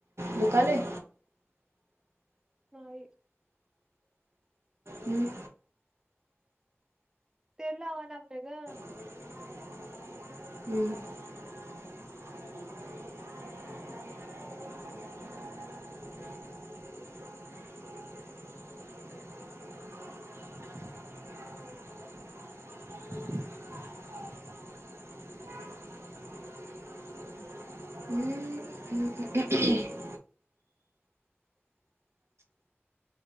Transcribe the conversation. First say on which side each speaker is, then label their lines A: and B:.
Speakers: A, on the right; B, on the right.
A: दुखालय.
B: नाही.
A: हं..
B: तेल लावा लागलोय गं
A: हुं... हू.. हुं. <unintelligible>